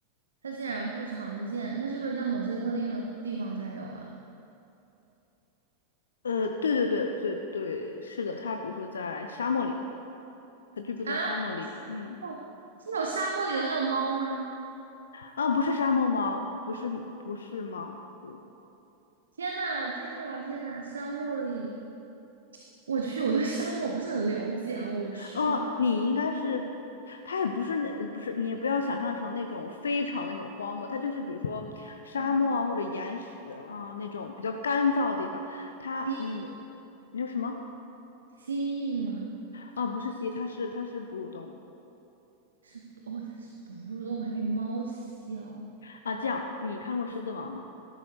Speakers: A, on the right; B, on the left.
A: 它竟然不常见，它是不是在某些特定的地方才有啊？
B: 呃，对对对对对，是的，它比如说在沙漠里，它居住在沙漠里。
A: 啊，
B: 嗯，
A: 哦是那种沙漠里的那种猫吗？
B: 啊，不是沙漠猫，不是不是猫，不，
A: 天呐，天呐，天呐！沙漠里，我去，我对沙漠不是很了解啊，我去。
B: 哦，你应该是，它也不是那不是，你也不要想象成那种非常那种荒漠，它就是比如说沙漠啊或者岩石啊那种比较干燥的地方。
A: 嗯
B: 它，
A: 蜥
B: 嗯，你说什么？
A: 蜥蜴吗？
B: 啊，不是蜥蜴，它是它是哺乳动物
A: 是哦，它是哺乳动物，还比猫小。
B: 啊。这样，你看过《狮子王》吗？